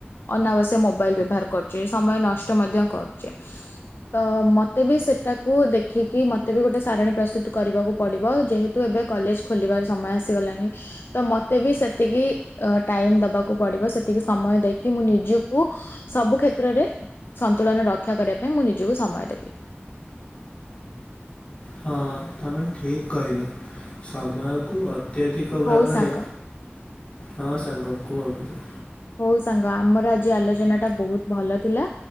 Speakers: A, on the left; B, on the left.
A: ଅନାବଶ୍ୟକ, ମୋବାଇଲ୍ ବ୍ୟବହାର କରୁଛି। ସମୟ ନଷ୍ଟ ମଧ୍ୟ କରୁଛି। ତ ମତେ ବି ସେଟାକୁ ଦେଖିକି ମତେ ବି ଗୋଟେ ସାରଣୀ ପ୍ରସ୍ତୁତ୍ କରିବାକୁ ପଡ଼ିବ। ଯେହେତୁ ଏବେ କଲେଜ୍ ଖୋଲିବାର ସମୟ ଆସିଗଲାଣି। ତ ମତେ ବି ସେତିକି ଟାଇମ୍ ଦବାକୁ ପଡିବ। ସେତିକି ସମୟ ଦେଇକି ମୁଁ ନିଜକୁ ସବୁ କ୍ଷେତ୍ରରେ, ସନ୍ତୁଳନ ରକ୍ଷା କରିବା ପାଇଁ ମୁଁ ନିଜକୁ ସମୟ ଦେବି।
B: ହଁ ତମେ ଠିକ୍ କହିଲ। ସମୟକୁ ଅ ଅତ୍ୟଧିକ
A: ହଉ
B: ଭାବରେ।
A: ସାଙ୍ଗ
B: ହଁ ସାଙ୍ଗ କୁହନ୍ତୁ?
A: ହୋଉ ସାଙ୍ଗ ଆମର ଆଜି ଆଲୋଚନା ଟା ବୋହୁତ୍ ଭଲ ଥିଲା।